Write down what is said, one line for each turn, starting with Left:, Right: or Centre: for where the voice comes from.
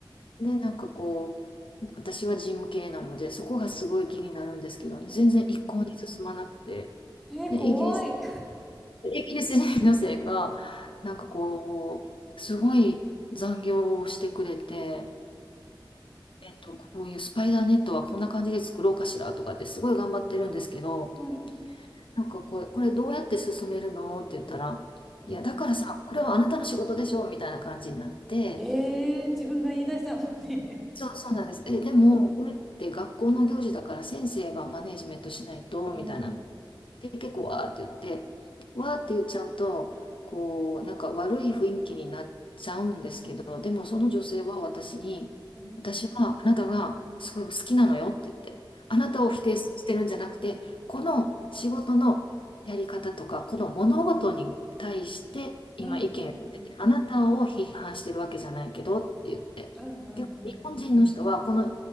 Left: で、なんかこう、私は事務系なので、そこがすごい気になるんですけど、全然一向に進まなくて、
Centre: うんうん。えー、
Left: でイギリス
Centre: 怖い。
Left: イギリス人女性が、なんかこう、すごい残業をしてくれて、えっと、こういうスパイダーネットはこんな感じで作ろうかしらとかってすごい頑張ってるんですけど、
Centre: うん
Left: なんかこれ、これどうやって進めるのって言ったら、
Centre: うんうん。
Left: いや、だからさ、これはあなたの仕事でしょみたいな感じになって、
Centre: えー、自分が言い出したのに
Left: そう、そうなんです。え、でも、これって学校の行事だから先生がマネージメントしないと、
Centre: うんうん
Left: みたいな。で、結構わーって言って、わーって言っちゃうと、こう、なんか悪い雰囲気になっちゃうんですけど、でもその女性は私に、
Centre: うんうん
Left: 私はあなたがすごい好きなのよって言って、あなたを否定してるんじゃなくて、
Centre: うん
Left: この仕事のやり方とか、この物事に対して今意見を言ってて、
Centre: うんうんうん
Left: あなたを批判してるわけじゃないけどって言って。
Centre: うんうんうん
Left: 結構日本人の人はこの違